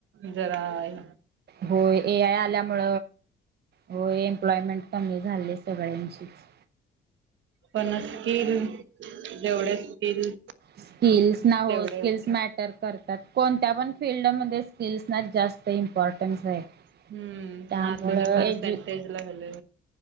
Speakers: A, on the right; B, on the right.
A: जराय.
B: होय, ए आय आल्यामु हो एम्प्लॉयमेंट कमी झाले सगळ्यांशीच.
A: पण स्किल, जेवढे स्किल.
B: स्किल्स ना हो
A: तेवढे
B: स्किल्स मॅटर. करतात कोणत्या पण फिल्डमध्ये स्किल्स ना जास्त इमपॉर्टनस आहे
A: हम्म
B: त्यामुळेजर्ध
A: ना तुझ्या पर्सेंटेज ला व्हॅल्यू